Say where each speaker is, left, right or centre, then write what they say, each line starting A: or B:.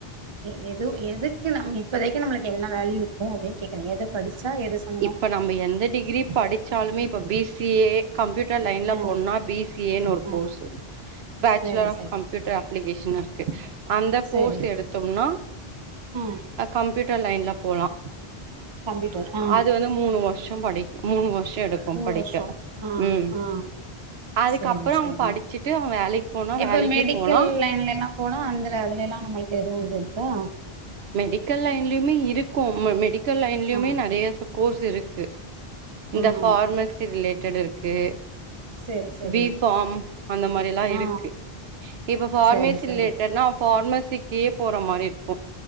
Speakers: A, on the right (about 35°); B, on the right (about 80°).
A: எ எதே எதுக்கு நம் இப்பதைக்கு நமளுக்கு என்ன வேல்யூ இருக்கூன் அப்டின்னு கேக்குறே எத படிச்சா எது சம்மந்
B: இப்போ நம்ப எந்த டிகிரி படிச்சா லூமே இப்ப பி சி ஏ கம்ப்யூட்டர் லைன்ல
A: ஆ
B: போண்னா பி சி ஏன்னு ஒர்
A: ஆ
B: கோர்ஸ்சு இப்ப ஆக்சுவலா
A: சரி சரி
B: கம்ப் ப்புயூட்டர் அப்ளிகேஷன்னு இருக்கு அந்த கோர்ஸ்
A: சரி
B: எடுத்தோம்னா
A: ம்
B: கம்ப்யூட்டர் லைன்ல போலா
A: கம்ப்யூட்டர் ஆ
B: அது வந்து மூணு வருஷொ படிக் மூணு வருஷோ எடுக்கூ
A: மூணு
B: படிக்க
A: வருஷோ ஆ
B: ம்
A: ஆ
B: அதுக்கப்புறம்
A: சரி சரி
B: அவங்க படிச்சுட்டு அவங் வேலைக்கு போனா
A: இப்ப
B: வேலைக்கி
A: மெடிக்கல்
B: போலாம்
A: லைன்ல எல்லா போனா அந்தல அதுலல்லா நம்மளுக்கு எதுவூ இது இருக்கா
B: மெடிக்கல் லைன்லயுமே இருக்கூ மெ மெடிக்கல் லைன்லயுமே
A: ஆ
B: நெறய கோர்ஸ் இருக்கு இந்த
A: ம்
B: ஃபார்மசி ரிலேட்டட் இருக்கு
A: சரி சரி
B: பி ஃபார்ம் அந்த மாதிரில்லா
A: ஆ
B: இருக்கு இப்ப ஃபார்மேசி
A: சரி சரி
B: ரிலேட்டட்னா ஃபார்மசிக்கே போற மாரி இருக்கூ